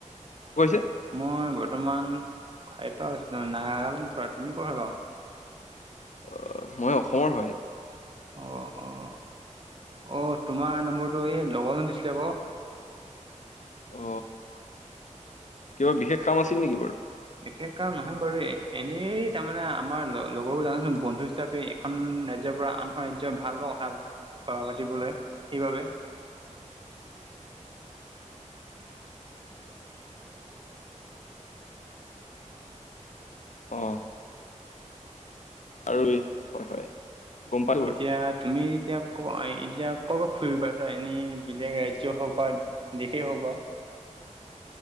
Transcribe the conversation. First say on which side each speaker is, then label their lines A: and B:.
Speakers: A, on the left; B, on the right.
A: কৈছে।
B: মই বৰ্তমান সাইপা হৈছিলোঁ নাগালেণ্ড পৰা তুমি ক' হয় বাৰ?
A: অ, মই অসমৰ হয়।
B: অঁ অঁ অঁ, তোমাৰ নম্বৰটো এই লগৰজনে দিছিলে আক
A: অ কিবা বিশেষ কাম আছিল নেকি বাৰু?
B: বিশেষ কাম নহয় বাৰু এ এনেই তাৰমানে আমাৰ ল লগৰবোৰ জানচোন বন্ধু হিচাপে এখন ৰাজ। ৰাজ্যৰ পৰা আনখন ৰাজ্যৰ ভাল পোৱা কথা পাতিবলৈ সেইবাবে হ <unintelligible>
A: আহ। আৰু হয় হয়। গম পালো বাৰু
B: এতিয়া তুমি এতিয়া এতিয়া ক'ৰবাত ফুৰি পাইছা এনেই বেলেগ ৰাজ্যই হওঁক বা দেশেই হওঁক বাৰু?